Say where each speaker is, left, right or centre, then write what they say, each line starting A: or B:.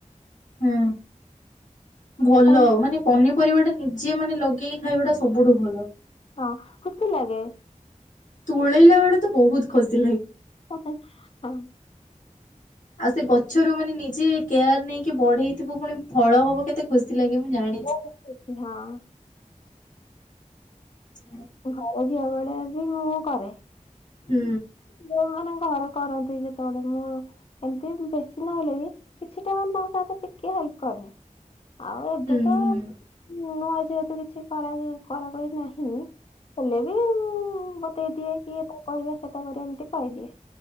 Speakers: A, on the left; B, on the left.
A: ହୁଁ, ଭଲ
B: ଟାଇମ
A: ମାନେ ପନିପରିବା ଟା ନିଜେ ମାନେ ଲଗେଇ ଖାଇବାଟା ସବୁଠୁ ଭଲ।
B: ହଁ, ଖୁସି ଲାଗେ।
A: ତୋଳେଇଲା ବେଳେ ତ, ବହୁତ୍ ଖୁସି ଲାଗେ।
B: ହ ହଁ <unintelligible>
A: ଆଉ ସେ ଗଛରୁ ମାନେ ନିଜେ କେୟାର ନେଇକି ବଢେଇଥିବ ପୁଣି, ଫଳ ହବ କେତେ ଖୁସି ଲାଗେ। ମୁଁ ଜାଣିଛିି।
B: <unintelligible> ହଁ।
A: ହଁ <unintelligible>
B: ଘର ଝିଅ ବେଳେ ବି, ମୁଁ କରେ।
A: ହୁଁ।
B: ଯୋଉ ମାନେ ଘରେ କରନ୍ତି, ଯେତେବେଳେ ମୁଁ ଏମ୍ତି ବେଶୀ ନହେଲେ ବି, କିଛି ଟା ମାନେ ହଉ ତା ଟିକିଏ ହେଲ୍ପ୍ କରେ। ଆଉ, ଏବେ
A: ହୁଁ
B: ତ।
A: ହୁଁ
B: ମୁଁ ଆଜି ଏତେ କିଛି କରା ଯେ, କରା କରି ନାହିଁ। ହେଲେ ବି ମୁଁ ମୁଁ, ବତେଇ ଦିଏ କିଏ କରିବା ସେଟା କରିବା ଏମିତି କହିଦିଏ,